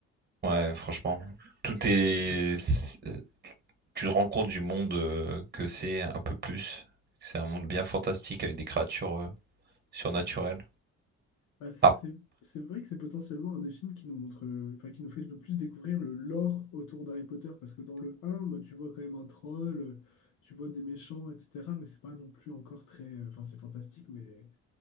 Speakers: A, on the right; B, on the left.
A: Ouais, franchement, tout est. c'est- Tu te rends compte du monde euh, que c'est un peu plus. C'est un monde bien fantastique avec des créatures euh, surnaturelles.
B: Bah, c'est
A: Ah,
B: c'est vrai que c'est potentiellement un des films qui nous montre, euh, enfin qui nous fait le plus découvrir le lore autour d'Harry Potter, parce que dans le un bah, tu vois quand même un troll, euh, tu vois des méchants, etc. Mais c'est pas non plus encore très, euh, enfin c'est fantastique, mais,